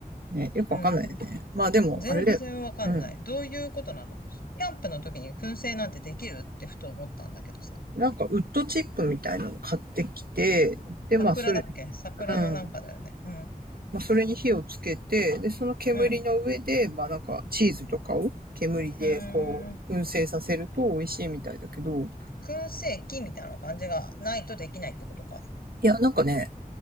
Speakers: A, on the right (about 80°); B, on the left (about 80°).
A: ね、よくわかんないよね。
B: う。う
A: まあでも、
B: ん。全然わかんない。
A: あれだよね。うん。
B: どういうことなのキャンプの時に燻製なんてできるってふと思ったんだけどさ。
A: なんかウッドチップみたいなの買ってきて、で、
B: 桜だっけ桜のなんかだよね。
A: まあそれ、うん。
B: うん。
A: まあそれに火をつけて、で、その煙の上で、
B: うん。
A: まあなんかチーズとかを煙でこう、
B: うーん。
A: 燻製させると美味しいみたいだけど、
B: 燻製器みたいな感じがないとできないってことか。
A: いや、なんかね、